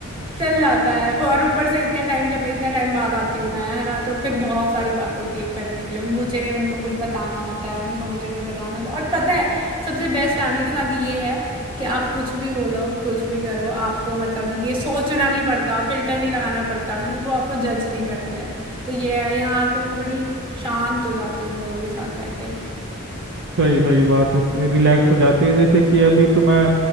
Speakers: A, on the right; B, on the right.
A: चल जाता है पर और ऊपर से इतने टाइम जब इतने टाइम बाद आती हूँ मैं है ना तो फिर बहुत सारी बात होती है करने के लिए मुझे उनको कुछ बताना होता है उनको मुझे कुछ बताना होता है और पता है सबसे बेस्ट फैमिली के साथ ये है कि आप कुछ भी बोलो कुछ भी करो आपको मतलब ये सोचना नहीं पड़ता फिल्टर नहीं लगाना पड़ता क्योंकि वो आपको जज नहीं करते तो ये है यहाँ आके मैं बड़ी शांत हो जाती हूँ उन लोगों के साथ रह के
B: सही सही बात है रिलैक्स हो जाते हैं जैसे कि अभी तो मैं